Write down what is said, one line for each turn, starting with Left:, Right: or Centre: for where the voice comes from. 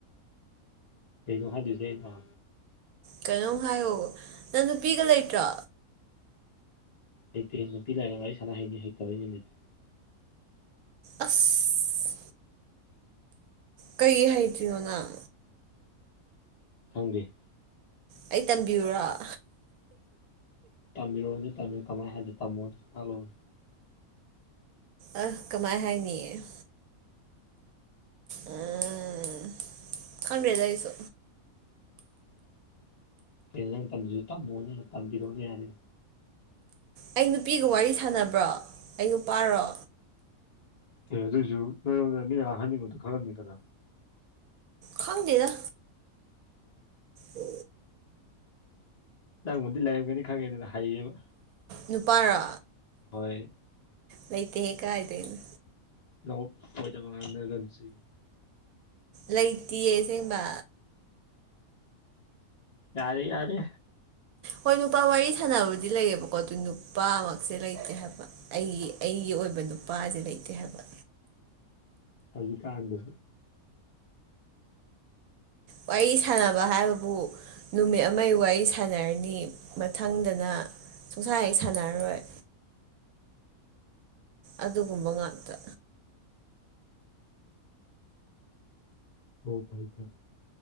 Left: ꯀꯩꯅꯣ ꯍꯥꯏꯗ‌ꯣꯏꯖꯦ ꯑꯩꯅ
Right: ꯀꯩꯅꯣꯝ ꯍꯥꯏꯌꯣ ꯅꯪ ꯅꯨꯄꯤꯒ ꯂꯩꯇ꯭ꯔꯣ
Left: ꯍꯩꯇꯦ ꯅꯨꯄꯤ ꯂꯩꯥꯏꯔꯒ ꯋꯥꯔꯤ ꯁꯥꯟꯅ ꯍꯩꯅꯤ ꯍꯩꯇꯕꯩꯅꯤ ꯂꯩꯇꯦ
Right: ꯑꯁꯁ ꯀꯩꯒꯤ ꯍꯩꯇ꯭ꯔꯤꯅꯣ ꯅꯪ
Left: ꯈꯪꯗꯦ
Right: ꯑꯩ ꯇꯝꯕꯤꯌꯨꯔ‌ꯣ
Left: ꯇꯝꯕꯤꯔꯣꯅꯤ ꯇꯝꯃꯨ ꯀꯃꯥꯏ ꯍꯥꯏꯗ‌ꯣꯏꯅ‌ꯣ ꯇꯝꯃꯣꯅ‌ꯦ ꯇꯛꯂꯛꯂꯣꯅ‌ꯦ
Right: ꯑ ꯀꯃꯥꯏ ꯍꯥꯏꯅꯤ ꯎꯝ ꯈꯪꯗꯔꯦꯗ ꯑꯩꯁꯨ
Left: ꯀꯩꯅꯣ ꯅꯪ ꯇꯝꯁ‌ꯦ ꯇꯝꯃꯣꯅ‌ꯦ ꯇꯝꯕꯤꯔꯣꯅ‌ꯦ ꯌꯥꯔꯦꯅꯦ
Right: ꯑꯩ ꯅꯨꯄꯤꯒ ꯋꯥꯔꯤ ꯁꯥꯟꯅꯕ꯭ꯔꯣ ꯑꯩ ꯅꯨꯄꯥꯔꯣ
Left: ꯑꯦ ꯑꯗꯨ ꯑꯣꯏꯁꯨ <unintelligible> ꯃꯤꯅ ꯉꯥꯡꯍꯟꯅꯤꯡꯕꯗꯣ ꯈꯪꯉꯝꯅꯤꯗꯅ
Right: ꯈꯪꯗꯦꯗ ꯎ
Left: ꯅꯪꯕꯨꯗꯤ ꯂꯩꯔꯝꯒꯅꯤ ꯈꯪꯉꯦꯗꯅ ꯍꯩꯌꯦꯕ
Right: ꯅꯨꯄꯥꯔꯣ
Left: ꯍꯣꯏ
Right: ꯂꯩꯇꯦꯍꯦ ꯀꯥꯏꯗꯩꯅꯣ
Left: ꯅꯎꯞ ꯑꯣꯏꯗꯕ ꯉꯥꯡꯅꯒꯨꯝꯁꯤ
Right: ꯂꯩꯇꯤꯌꯦ ꯑꯁꯦꯡꯕ
Left: ꯌꯥꯔꯦ ꯌꯥꯔꯦ
Right: ꯍꯣꯏ ꯅꯨꯄꯥ ꯋꯥꯔꯤ ꯁꯥꯟꯅꯕꯗꯤ ꯂꯩꯌꯦꯕꯀꯣ ꯑꯗꯨ ꯅꯨꯄꯥꯃꯛꯁꯦ ꯂꯩꯇꯦ ꯍꯥꯏꯕ ꯑꯩꯒꯤ ꯑꯩꯒꯤ ꯑꯣꯏꯕ ꯅꯨꯄꯥꯖꯦ ꯂꯩꯇꯦ ꯍꯥꯏꯕ
Left: ꯍꯧꯖꯤꯛꯀꯥꯟꯗꯕꯨ
Right: ꯋꯥꯔꯤ ꯁꯥꯟꯅꯕ ꯍꯥꯏꯕꯕꯨ ꯅꯨꯃꯤꯠ ꯑꯃꯩ ꯋꯥꯔꯤ ꯁꯥꯟꯅꯔꯅꯤ ꯃꯊꯪꯗꯅ ꯁꯨꯡꯁꯥ ꯍꯦꯛ ꯁꯥꯟꯅꯔꯔꯣꯏ ꯑꯗꯨꯒꯨꯝꯕ ꯉꯥꯛꯇ
Left: ꯑ‌ꯣ ꯐꯩ ꯐꯩ